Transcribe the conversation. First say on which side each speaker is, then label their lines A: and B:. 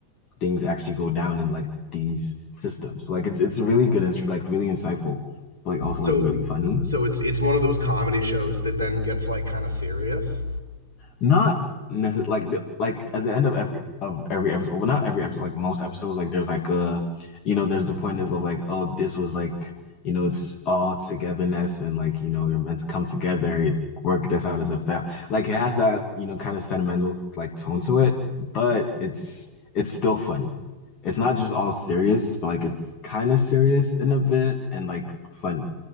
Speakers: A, on the left (about 40°); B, on the left (about 75°).
A: things actually go down in like these systems. Like it's it's really good and it's like really insightful, but like also
B: So
A: like really funny.
B: so it's it's one of those comedy shows that then gets like kind of serious.
A: Not necessarily like like at the end of every of every episode, well, not every episode, like most episodes, like there's like a, you know, there's the point is of like, oh, this was like, you know, it's all togetherness and like, you know, you're meant to come together, you work this out as a family. Like it has that, you know, kind of sentimental like tone to it, but it's it's still funny. It's not just all serious, but like it's kind of serious in a bit and like funny.